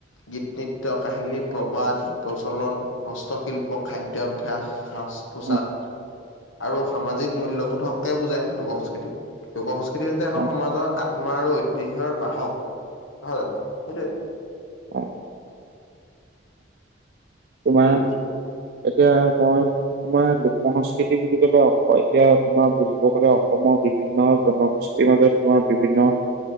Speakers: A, on the left; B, on the right.
A: গীত- নৃত্য, কাহিনী, প্ৰবাদ, প্ৰচলন হস্তশিল্প খাদ্যভ্যাস, সাজ-পোচাক
B: হয়
A: আৰু সামাজিক মূল্যবোধকে বুজায়। লোক সংস্কৃতি। লোক সংস্কৃতি হৈছে এখন
B: হয় হয়
A: সমাজৰ আত্মা আৰু ঐতিহ্যৰ বাহক। হয় সেইটোৱে।
B: অ। তোমাৰ
A: উম
B: এতিয়া মই তোমাৰ লোক সংস্কৃতি বুলি ক'লে, এতিয়া তোমাৰ বুজিব গ'লে অসমৰ বিভিন্ন জনগোষ্ঠ <unintelligible> মাজত তোমাৰ বিভিন্ন